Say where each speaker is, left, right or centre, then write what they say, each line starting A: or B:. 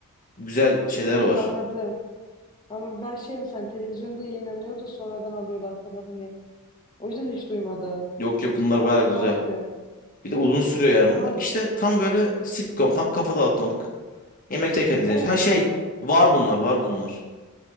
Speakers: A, on the left; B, on the left.
A: Güzel şeyler
B: yok
A: var.
B: yok anladım. Ama ben şey mi sen televizyonda yayınlanıyor da sonradan alıyorlar falan hani. O yüzden hiç duymadım.
A: Yok yok bunlar bayağı
B: Ondan
A: güzel.
B: dedim.
A: Bir de uzun sürüyor yani
B: Tamam.
A: bunlar. İşte tam böyle sitcom tam kafa dağıtmalık. Yemek yerken izlenecek.
B: Evet
A: Ha şey
B: ya.
A: var bunlar var bunlar.